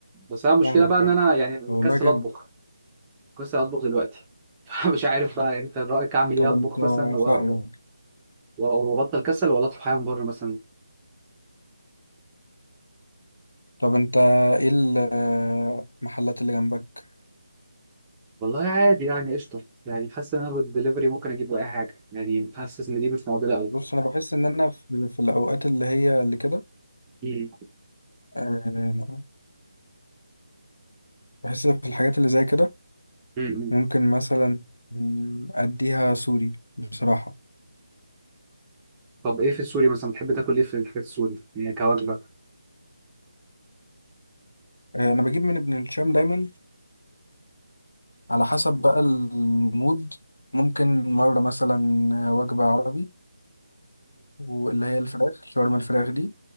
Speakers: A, on the right; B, on the left.
A: بس انا المشكله
B: فاهمك
A: بقى ان
B: يعني
A: انا يعني مكسل
B: طب والله جامد
A: اطبخ مكسل اطبخ دلوقتي <laughs> فمش عارف بقى انت رايك اعمل
B: طب
A: ايه اطبخ
B: انت
A: مثلا و-
B: فاهمك
A: و- وابطل كسل ولا اطلب حاجه من بره مثلا
B: طب انت ايه ال- المحلات اللي جنبك
A: والله عادي يعني قشطه يعني حاسس ان انا بالدليفري ممكن اجيب اي حاجه يعني حاسس ان دي مش معضله قوي
B: بص انا بحس ان انا في في الاوقات اللي هي اللي كده
A: مم.
B: آه، بحس في الحاجات اللي زي كده
A: مم.
B: ممكن مثلا مم، اديها سوري بصراحه
A: طب ايه في السوري مثلا بتحب تاكل ايه في الحاجات السوري يعني كوجبه
B: آه، انا بجيب من ابن الشام دايما على حسب بقى المود ممكن مره مثلا وجبه عربي واللي هي الفراخ شاورما الفراخ دي